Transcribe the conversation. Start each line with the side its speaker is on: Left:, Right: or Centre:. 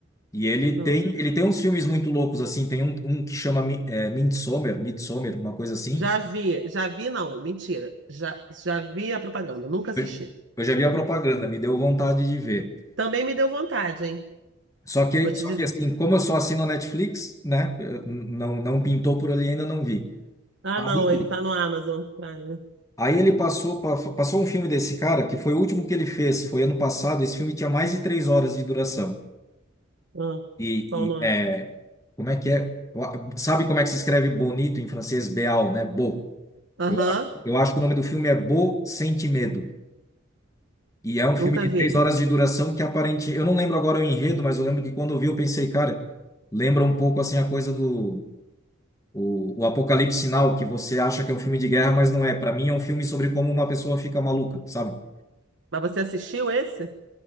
Left: E ele
Right: Não.
Left: tem, ele tem uns filmes muito loucos, assim, tem um, um que chama Mi- é, Midsommar, Midsommar, uma coisa assim.
Right: Já vi, já vi, não, mentira. Já, já vi a propaganda, nunca assisti.
Left: Eu, eu já vi a propaganda, me deu vontade de ver.
Right: Também me deu vontade, hein?
Left: Só que,
Right: Vou te
Left: só
Right: dizer.
Left: que assim, como eu só assino a Netflix, né? eu- Não, não pintou por ali, ainda não vi.
Right: Ah,
Left: Aí
Right: não, ele tá no Amazon Prime.
Left: Aí ele passou, pa- passou um filme desse cara, que foi o último que ele fez, foi ano passado. Esse filme tinha mais de três horas de duração.
Right: Ah,
Left: E,
Right: qual o nome?
Left: e, é, como é que é? Sabe como é que se escreve bonito em francês? Beal, né? Beau.
Right: Aham,
Left: Eu, eu acho que o nome do filme é Beau Sente Medo. E é um filme
Right: nunca
Left: de
Right: vi.
Left: três horas de duração que aparente. Eu não lembro agora o enredo, mas eu lembro que quando eu vi, eu pensei, cara, lembra um pouco assim a coisa do. O, o Apocalipse Sinal, que você acha que é um filme de guerra, mas não é. Para mim, é um filme sobre como uma pessoa fica maluca, sabe?
Right: Mas você assistiu esse?